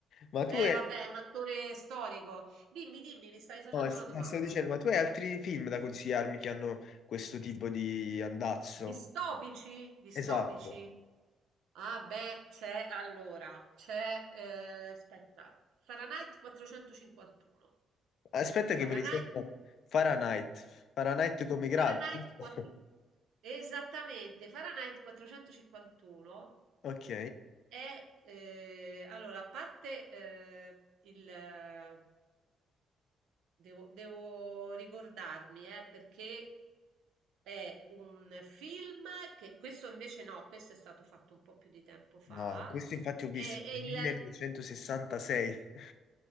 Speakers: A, on the left (about 70°); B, on the right (about 80°).
A: Ma tu
B: Eh,
A: hai...
B: vabbè, è un attore storico. Dimmi, dimmi, mi stai facendo
A: No, eh, eh,
B: una domanda.
A: stavo dicendo, ma tu hai altri film da consigliarmi che hanno questo tipo di andazzo?
B: Distopici? Distopici?
A: Esatto.
B: Ah beh, c'è allora, c'è, eh, aspetta, Fahrenheit 451.
A: Aspetta
B: Fahrenheit,
A: che mi risento Fahrenheit. Fahrenheit come i gradi.
B: Fahrenheit
A: <laughs> giusto?
B: 4... Esattamente, Fahrenheit 451
A: Ok.
B: è, eh, allora, a parte eh, il... eh, Devo, devo ricordarmi, eh, perché È un film che questo invece no, questo è stato fatto un po' più di tempo fa.
A: No, questo infatti ho visto
B: È, è
A: nel
B: il,
A: 1966.